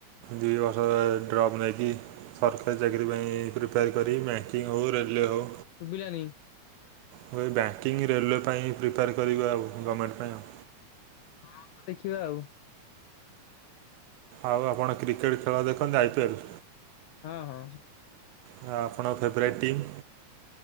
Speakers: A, on the right; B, on the left.
A: ଦୁଇ ବର୍ଷ ଡ୍ରପ୍ ନେଇକି ସରକାରୀ ଚାକିରି ପାଇଁ ପ୍ରିପେୟାର କରିବି, ବ୍ୟାଙ୍କିଙ୍ଗ ହେଉ, ରେଲୱେ ହେଉ।
B: ଶୁଭିଲାନି।
A: ମୁୁଁ କହିଲି ବ୍ୟାଙ୍କିଙ୍ଗ୍, ରେଲୱେ ପାଇଁ ପ୍ରିପେଆର୍ କରିବି ଆଉ ଗମେଣ୍ଟ ପାଇଁ ଆଉ।
B: ହଁ, ତ ଦେଖିବା ଆଉ।
A: ଆଉ ଆପଣ କ୍ରିକେଟ୍ ଖେଳ ଦେଖନ୍ତି, ଆଇ ପି ଏଲ୍?
B: ହଁ, ହଁ।
A: ହଁ, ଆପଣଙ୍କ ଫେଭରାଇଟ୍ ଟିମ୍?